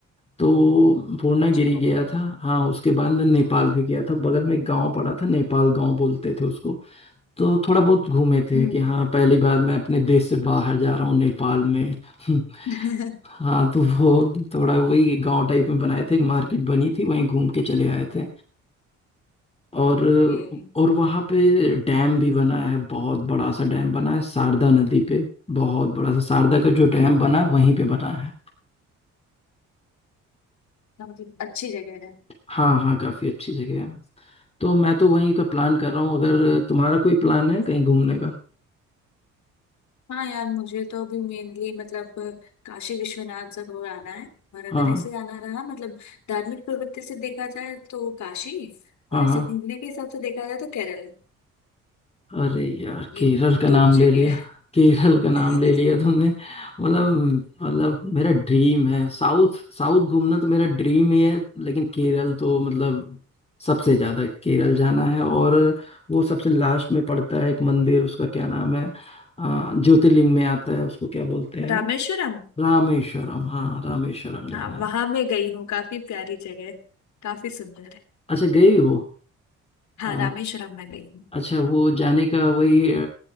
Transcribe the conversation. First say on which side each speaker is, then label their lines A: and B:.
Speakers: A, on the left (about 20°); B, on the left (about 65°).
A: तो पूर्णागिरी
B: अच्छा
A: गया
B: ओके
A: था हाँ उसके बाद मैं नेपाल भी गया था बगल में एक गांव पड़ा था नेपाल गांव बोलते थे उसको तो थोड़ा बहुत घूमे थे
B: हम्म
A: कि हाँ पहली बार मैं अपने देश से बाहर जा रहा हूँ नेपाल में <laughs>
B: <laughs>
A: हाँ तो वो थोड़ा वही गांव टाइप में बनाए थे एक मार्केट बनी थी वहीं घूम के चले आए थे और
B: ये
A: और वहाँ पे डैम भी बना है बहुत बड़ा सा डैम बना है शारदा नदी पे बहुत बड़ा सा शारदा का जो डैम बना है वहीं पे बना है
B: हाँ, मतलब अच्छी जगह है
A: हाँ हाँ काफी अच्छी जगह है तो मैं तो वहीं का प्लान
B: हम्म।
A: कर रहा हूँ अगर तुम्हारा कोई प्लान है कहीं घूमने का
B: हाँ यार मुझे तो अभी मेनली मतलब काशी विश्वनाथ सब हो आना है और
A: हाँ
B: अगर ऐसे आना रहा मतलब धार्मिक प्रवृत्ति से देखा जाए तो काशी
A: हाँ
B: और ऐसे
A: हाँ
B: घूमने के हिसाब से देखा जाए तो केरल
A: अरे यार
B: ये
A: केरल का नाम
B: दो
A: ले
B: जगह
A: लिया केरल का नाम
B: <laughs>
A: ले लिया तुमने मतलब मतलब मेरा ड्रीम है साउथ साउथ घूमना तो मेरा ड्रीम ही है लेकिन केरल तो मतलब सबसे ज्यादा केरल जाना है और वो सबसे लास्ट में पड़ता है एक मंदिर उसका क्या नाम है अ, ज्योतिर्लिंग में आता है उसको क्या बोलते हैं
B: रामेश्वरम
A: रामेश्वरम हाँ रामेश्वरम जाना
B: हाँ
A: है
B: वहां मैं गई हूँ काफी प्यारी जगह है, काफी सुंदर है
A: अच्छा गई हो
B: हाँ
A: अ,
B: रामेश्वरम में गई हूँ
A: अच्छा वो जाने का वही अ,